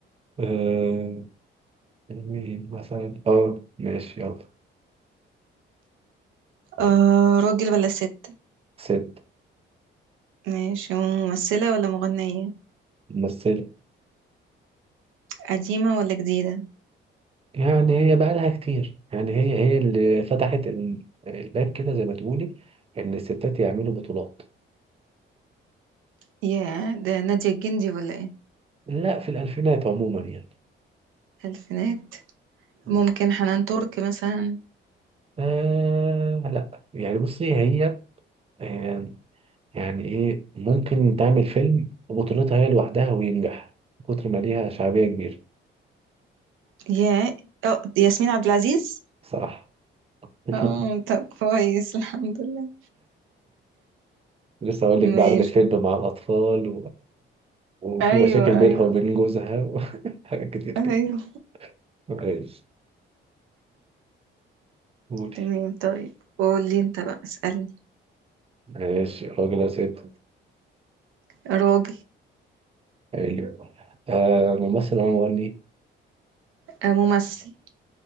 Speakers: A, on the right; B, on the right.
A: أه... مين مثلا اه ماشي يلا مم.
B: آه راجل ولا ست
A: ست
B: ماشي ممثلة ولا مغنية
A: ممثلة
B: قديمة ولا جديدة
A: يعني هي بقى لها كتير يعني هي هي اللي فتحت ال- الباب كده زي ما تقولي إن الستات يعملوا بطولات
B: يا ده نادية الجندي ولا ايه
A: لا في الألفينات عموما يعني
B: الفينات
A: مم.
B: ممكن حنان ترك مثلا
A: آه لا يعني بصي هي آه يعني إيه ممكن تعمل فيلم بطولتها هي لوحدها وينجح من كتر ما ليها شعبية كبيرة
B: يا اه ياسمين عبد العزيز
A: صراحة
B: اه
A: <laughs>
B: طب كويس الحمد لله
A: لسه أقول لك بقى
B: ماشي
A: عملت فيلم مع الأطفال وفي
B: ايوه
A: مشاكل بينها
B: ايوه
A: وبين جوزها وحاجات <laughs> كتير
B: ايوه
A: كده ماشي قولي
B: تمام طيب قول لي انت بقى اسألني
A: ماشي راجل أو ست
B: راجل
A: حلو آه ممثل أو مغني
B: آه، ممثل